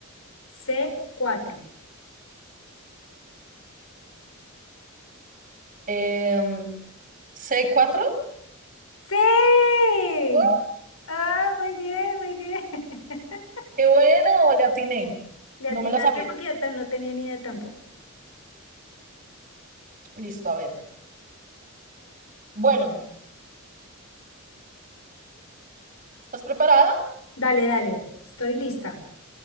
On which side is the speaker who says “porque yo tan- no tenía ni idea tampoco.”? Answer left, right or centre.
Left